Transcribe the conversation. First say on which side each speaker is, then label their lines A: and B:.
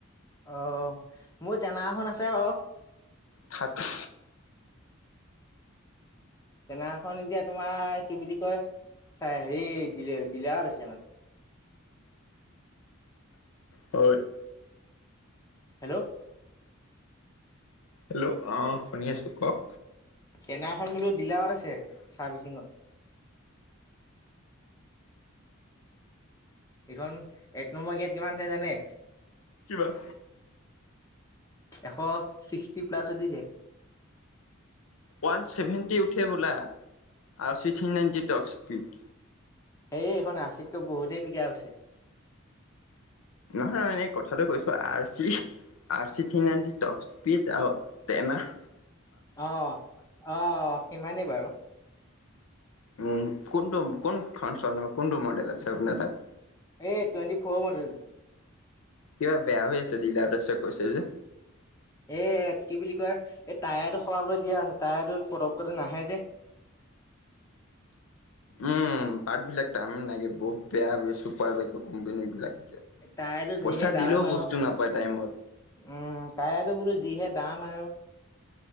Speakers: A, on the left; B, on the left.
A: অহ মোৰ টেনাখন আছে বাৰু।
B: খাকি
A: কেনাৰখন এতিয়া তোমাৰ কি বুলি কয় চাই হেৰি ডিলে ডিলত আছে মানে।
B: হয়
A: হেল্ল'
B: হেল্ল' অ শুনি আছো কওক।
A: তেনাখন বোলো দিলাৰ আছে চাৰ্বি শিঙত। এইখন এক নম্বৰ গেট কিমান উঠে জানে?
B: কি মান?
A: এশ ছিক্সটি প্লাছ উঠি যায়।
B: ওৱান চছেভেন্টি উঠে বোলা। আৰু ছিক্সিন নাইনটি টপ। সই <unintelligible>
A: সে এইখন আচিতকৈ বহুতেই পিকআপ আছে।
B: নহয়-নহয় এনে কথাটো কৈছো R C R C three ninety top speed out তেন আৰ
A: অহ-অহ-অহ সিমানেই বাৰু
B: উম, কোনটো কোন চন কোনটো মডেল আছে আপোনাৰ তাত?
A: এ টুৱেণ্টি ফৰ মডেলটো।
B: কিবা বেয়া হৈ আছে দলা তছে কৈছে যে।
A: এ কি বুলি কয় এই টায়াৰটো সলাবলৈ দিয়া আছে টায়াৰটো পদক কৰি নাহে যে।
B: উম পাৰ্ট বিলাক টাই লাগে বহুত বেয়া চুপাৰ বাইকৰ কোম্পানী বিলাক।
A: তাইতো
B: পইচা
A: যিহে দাম
B: দিলেও
A: আৰু
B: বস্তু নাপায় টাইমত
A: উম তাইটো যদি। যিহে দাম আৰু।